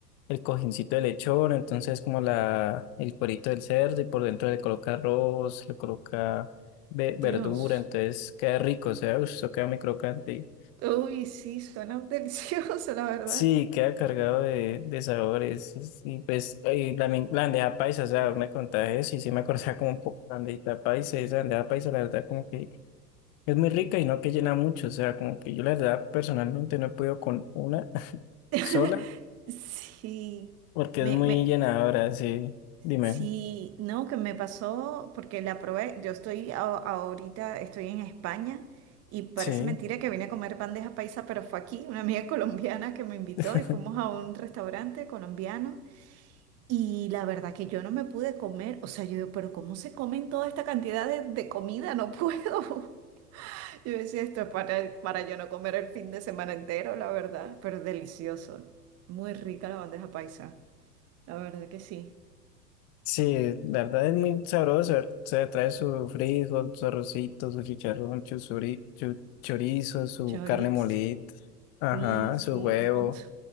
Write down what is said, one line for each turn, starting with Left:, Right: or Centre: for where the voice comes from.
Left: el cojincito de lechón, entonces como la, el cuerito del cerdo y por dentro le coloca arroz, le coloca ve-
Right: Dios.
Left: verdura, entonces queda rico, o sea, uff, eso queda muy crocante.
Right: Uy, sí, suena <laughs> delicioso, la verdad.
Left: Sí, queda cargado de, de sabores. es- Y pues y la, men- la bandeja paisa, o sea, vos me contaba eso y sí me acordaba como un poco la bandejita paisa. Esa bandeja paisa, la verdad, como que es muy rica y no que llena mucho. O sea, como que yo la verdad personalmente no he podido con una <laughs>
Right: <laughs>
Left: sola
Right: Sí,
Left: porque
Right: me,
Left: es muy
Right: me,
Left: llenadora. Sí, dime.
Right: sí, no, que me pasó porque la probé. Yo estoy a- ahorita, estoy en España y parece
Left: Sí.
Right: mentira que vine a comer bandeja paisa, pero fue aquí una amiga <laughs> colombiana que me invitó
Left: <laughs>
Right: y fuimos a un restaurante colombiano. Y la verdad que yo no me pude comer, o sea, yo digo, pero ¿cómo se comen toda esta cantidad de, de comida? No puedo. <laughs> Yo decía, esto es para, para yo no comer el fin de semana entero, la verdad, pero delicioso. Muy rica la bandeja paisa. La verdad que sí.
Left: Sí, la verdad es muy sabroso. O sea, trae su frijol, su arrocito, su chicharrón, su chorizo, su
Right: Chori,
Left: carne molida, ajá,
Right: sí, sí,
Left: su huevo.
Right: un montón.